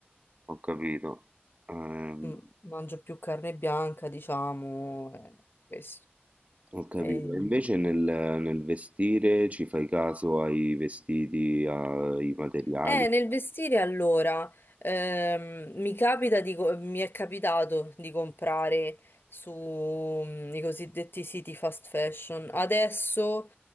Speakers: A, on the right (about 35°); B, on the left (about 60°).
A: Ho capito. Ehm,
B: Mm, mangio più carne bianca, diciamo, eh, questo.
A: ho capito.
B: Eh,
A: E invece nel nel vestire ci fai caso ai vestiti, ai materiali?
B: Eh, nel vestire allora, ehm, mi capita di co- mi è capitato di comprare su mm, i cosiddetti siti fast fashion. Adesso